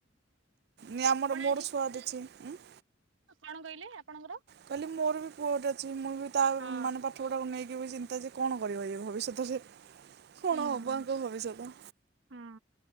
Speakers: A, on the right; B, on the right.
A: ନି ଆମର ମୋର
B: ଆଜି
A: ସୁଆଦୁଛି ଉଁ <inaudible>
B: କଣ କହିଲେ ଆପଣଙ୍କର
A: କହିଲି ମୋର ବି ପୁଅ ଟେ ଅଛି ମୁଁ ବି ତା
B: ହଁ
A: ମାନେ ପାଠ ଗୁଡ଼ାକୁ ନେଇକି ବି ଚିନ୍ତା ଯେ କଣ କରିବ ଇଏ ଭବିଷ୍ୟତରେ କଣ
B: ହୁଁ
A: ହବ ଆଙ୍କ ଭବିଷ୍ୟତ।
B: ହୁଁ